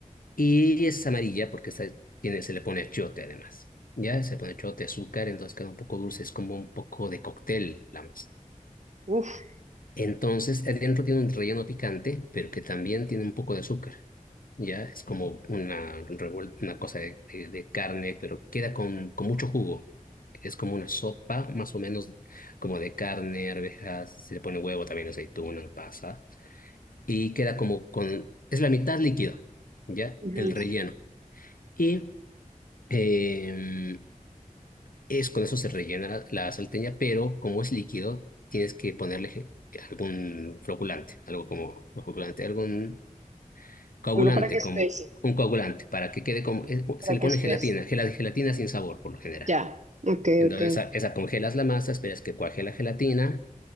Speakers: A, on the left; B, on the right.
A: Y es amarilla porque esta tiene, se le pone achiote además. Ya se pone achiote, azúcar, entonces queda un poco dulce. Es como un poco de cóctel la masa.
B: uf,
A: Entonces, adentro tiene un relleno picante, pero que también tiene un poco de azúcar. Ya es como una, revuel- una cosa de, de- de carne, pero queda con, con mucho jugo. Es como una sopa, más o menos, como de carne, arvejas, se le pone huevo también, aceituna, pasa. Y queda como con... Es la mitad líquido, ¿ya?
B: ujú.
A: El relleno. Y em, es, con eso se rellena la, la salteña, pero como es líquido, tienes que ponerle je- algún floculante, algo como, no floculante, algún coagulante,
B: Algo para que
A: como
B: espese.
A: un coagulante, para que quede como, es- se
B: para
A: le
B: que
A: pone
B: estés.
A: gelatina, gela- gelatina sin sabor por lo general.
B: Ya, ok,
A: Entonces,
B: ok.
A: esa, esa congelas la masa, esperas que cuaje la gelatina